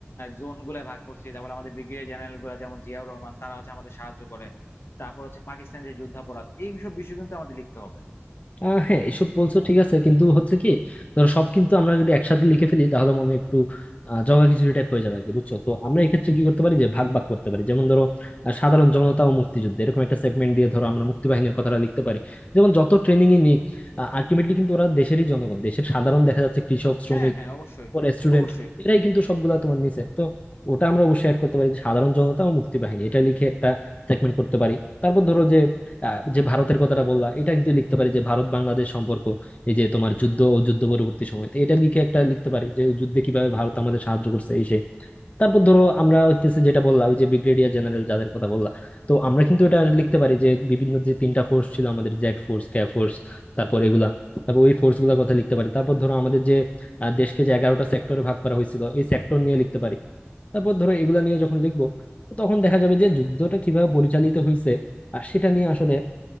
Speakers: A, on the left; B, on the left.
A: জোন গুলা ভাগ করছি তারপর আমাদের ব্রিগেডিয়ার জেনারেল গুলা যেমন জিয়াউর রহমান তারা হচ্ছে আমাদের সাহায্য করে তারপর হচ্ছে পাকিস্তানের যে যুদ্ধাপরাধ এইসব বিষয় কিন্তু আমাদের লিখতে হবে
B: আহ হ্যাঁ এসব বলছো ঠিক আছে কিন্তু হচ্ছে কি ধরো সব কিন্তু আমরা যদি একসাথে লিখে ফেলি তাহলে মনে হয় একটু আহ, জগা খিচুড়ি টাইপ হয়ে যাবে আর কি বুঝছো তো আমরা এক্ষেত্রে কি করতে পারি যে ভাগ ভাগ করতে পারি যেমন ধরো আহ, সাধারণ জনতা ও মুক্তিযুদ্ধ এরকম একটা সেগমেন্ট দিয়ে ধরো আমরা মুক্তি বাহিনীর কথাটা লিখতে পারি যেমন যত ট্রেনিং ই নিক আলটিমেটলি কিন্তু ওরা দেশেরই জনগণ দেশের সাধারণ দেখা যাচ্ছে কৃষক শ্রমিক
A: হ্যাঁ হ্যাঁ অবশ্যই
B: পরে স্টুডেন্ট
A: অবশ্যই
B: এরাই কিন্তু সবগুলা তোমার নিচে তো ওটা আমরা অবশ্যই অ্যাড করতে পারি যে সাধারণ জনতা ও মুক্তি বাহিনী এটা লিখে একটা সেগমেন্ট করতে পারি তারপর ধরো যে আহ, যে ভারতের কথাটা বললা এটা কিন্তু লিখতে পারি যে ভারত বাংলাদেশ সম্পর্ক এই যে তোমার যুদ্ধ ও যুদ্ধ পরবর্তী সময় তো এটা লিখে একটা লিখতে পারি যে যুদ্ধে কিভাবে ভারত আমাদের সাহায্য করছে এই সেই তারপর ধরো আমরা হইতেছে যেটা বললাম ওই যে ব্রিগেডিয়ার জেনারেল যাদের কথা বললাম তো আমরা কিন্তু এটা লিখতে পারি যে বিভিন্ন যে তিনটা ফোর্স ছিল আমাদের জেড ফোর্স কে ফোর্স তারপর এগুলা তারপর ওই ফোর্স গুলার কথা লিখতে পারি তারপর ধরো আমাদের যে আহ, দেশকে যে এগারোটা সেক্টরে ভাগ করা হয়েছিল এই সেক্টর নিয়ে লিখতে পারি তারপর ধরো এগুলা নিয়ে যখন লিখবো তখন দেখা যাবে যে যুদ্ধটা কিভাবে পরিচালিত হয়েছে আর সেটা নিয়ে আসলে